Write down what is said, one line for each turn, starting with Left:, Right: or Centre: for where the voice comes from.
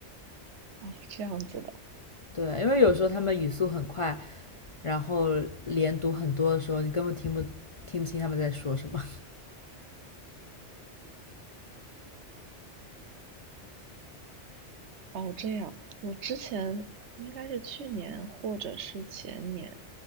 Right: 哦，这样子的。
Left: <laughs> 对，因为有时候他们语速很快，然后连读很多的时候，你根本听不听不清他们在说什么。
Right: 哦，这样，我之前应该是去年或者是前年